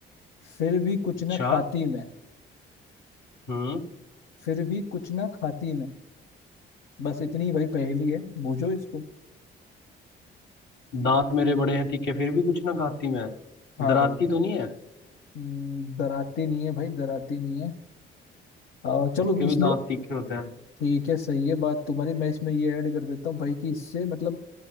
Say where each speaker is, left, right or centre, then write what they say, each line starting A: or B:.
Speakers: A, on the left (about 80°); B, on the left (about 60°).
A: फिर भी कुछ
B: अच्छा
A: ना खाती मैं
B: हम्म
A: फिर भी कुछ ना खाती मैं बस इतनी भाई पहेली है बूझो इसको
B: दांत मेरे बड़े हैं तीखे फिर भी कुछ ना खाती मैं
A: हाँ
B: दराती
A: भाई
B: तो नहीं है
A: हम्म, डराती नहीं है भाई डराती नहीं है आ, चलो
B: उसके
A: इसमें
B: भी दांत तीखे होते हैं
A: ठीक है सही है बात तुम्हारी मैं इसमें ये ऐड कर देता हूँ भाई कि इससे मतलब